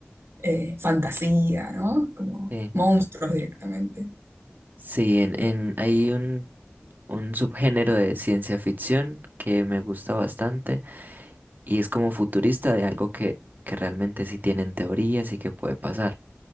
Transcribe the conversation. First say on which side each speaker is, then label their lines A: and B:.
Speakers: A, on the right; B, on the right.
A: eh, fantasía, ¿no? Como
B: eh,
A: monstruos directamente.
B: sí, en, en, hay un, un subgénero de ciencia ficción que me gusta bastante Y es como futurista de algo que, que realmente sí tienen teorías y que puede pasar.